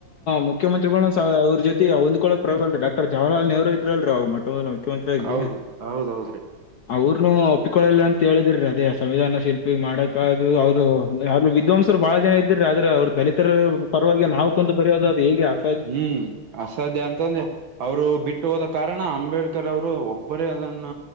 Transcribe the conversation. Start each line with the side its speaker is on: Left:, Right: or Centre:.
Left: ಮುಖ್ಯಂತ್ರಿಗಳುಸಹ ಅವ್ರ ಜೊತೆ ಒಂದ್ಕೊಳ ಪ್ರೋಗಲ್ <unintelligible> ಡಾಕ್ಟರ್ ಜವಾಹರಲಾಲನೆಹ್ರು ಇದ್ರಲ್ರಿ ಅವ ಮೊ ಮುಖ್ಯಮಂತ್ರಿಯಾಗಿ-
Right: ಹೌದು ಹೌದೌದ್ರಿ
Left: ಅವರುನು ಒಪ್ಪಿಕೊಳ್ಳಿಲ್ಲ ಅಂತ ಹೇಳಿದ್ ರೀ ಅದೇ ಸಂವಿಧಾನ ಶಿಲ್ಪಿ ಮಾಡಕ ಅದು ಅವರು ಅಂದ್ರೆ ವಿದ್ವಾಂಸರು ಬಹಳ ಜನ ಇದ್ದ್ರೂ ರೀ ಆದ್ರೆ ಅವರು ದಲಿತರ ಪರವಾಗಿ ನಾವು ಕುಂತು ಬರೆಯೋದು ಅದು ಹೇಗೆ ಆಗ್ತ್
Right: ಹ್ಮ್ ಅಸಧ್ಯ ಅಂತಂದ್ರ ಅವರು ಬಿಟ್ಟು ಹೋದ ಕಾರಣ ಅಂಬೇಡ್ಕರ್ ಅವರು ಒಬ್ಬರೇ ಅದನ್ನ